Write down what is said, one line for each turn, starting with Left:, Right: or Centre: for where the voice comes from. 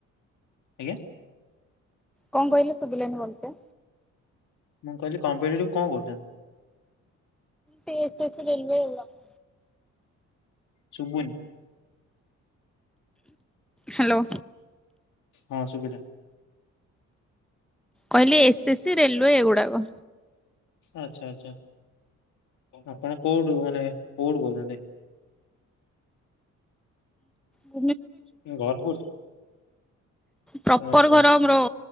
Left: ଆଜ୍ଞା?
Centre: କଣ କହିଲେ ଶୁବିଲାନି ଭଲସେ?
Left: ମୁଁ କହିଲି କମ୍ପିଟେଟିଭ କଣ କରୁଛନ୍ତି?
Centre: ସି ଏସ ସି, ରେଲୱେ ଏଇଗୁଡ଼ାକ।
Left: ଶୁବୁନି।
Centre: ହ୍ୟାଲୋ।
Left: ହଁ ଶୁବିଲା।
Centre: କହିଲି ଏସ୍ ଏସ୍ ସି, ରେଲୱେ ଏଇଗୁଡାକ।
Left: ଆଚ୍ଛା ଆଚ୍ଛା ଆପଣ କୋଉଠୁ ମାନେ କୋଉଠୁ କହୁଛନ୍ତି?
Centre: ମୁଁ
Left: ଘର କୋଉଠି?
Centre: ପ୍ରପର
Left: ଆଚ୍ଛା
Centre: ଘର
Left: ଆଚ୍ଛା
Centre: ଆମର